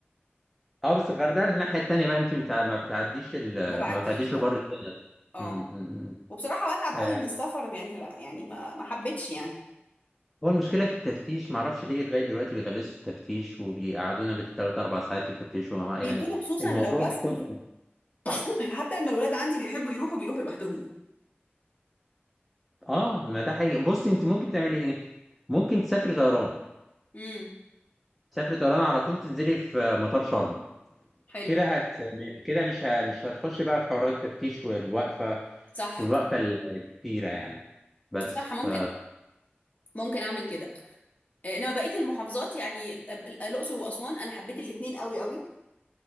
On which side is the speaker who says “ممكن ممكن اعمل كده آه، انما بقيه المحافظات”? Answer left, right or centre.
Left